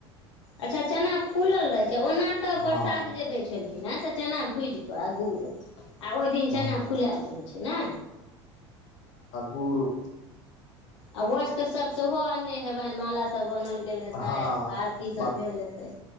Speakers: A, on the left (about 85°); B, on the left (about 60°).
A: अच्छा चना फूलल रहैत छै ओना तऽ प्रसाद
B: हँ
A: जे दैत छलखिन हैं चना भुजि कऽ आ गूर आ ओहि दिन चना
B: हँ
A: फुलायल रहै छै ने
B: गूड़
A: आ वस्त्रसभ सेहो अन्ने हेबनि मालासभ अनल गेल हेतै
B: हँ
A: आरतीसभ भेल हेतै